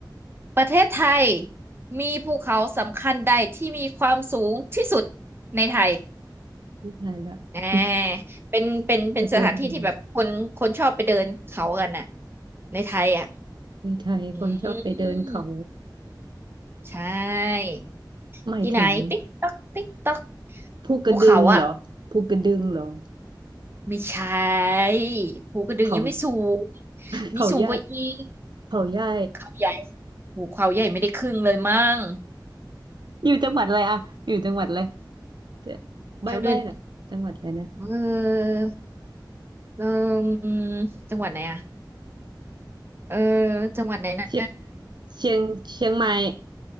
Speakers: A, on the right; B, on the right.
A: ประเทศไทยมีภูเขาสำคัญใดที่มีความสูงที่สุดในไทย
B: <laughs> ไม่ทายละ
A: อ่
B: <laughs>
A: เป็นเป็นเป็นสถานที่ที่แบบคนคนชอบไปเดินเขากันน่ะ
B: ประเด็นเลย
A: ในไทยอ่ะ
B: ในไทยคนชอบไปเดินเขา
A: อืมใช่
B: หมายถึง
A: ที่ไหนติ๊กต๊อกติ๊กต๊อก
B: ภูกระดึงเหรอภูกระดึงเหรอ
A: ภูเขาอ่ะไม่ใช่ภูกระดึงยังไม่สูง
B: เขาเขาใหญ่
A: มีสูงกว่าอีก
B: เขาใหญ่
A: เขาใหญ่ภูเขาใหญ่ไม่ได้ครึ่งเลยมั้ง
B: อยู่จังหวัดอะไรอะอยู่จังหวัดอะไร เดี๋ยวใบ้ใบ้น่ะจังหวัดอะไรนะ
A: แถวเดินเออเออจังหวัดไหนอะ เออจังหวัดไหนนะ
B: เชียงเชียงเชียงใหม่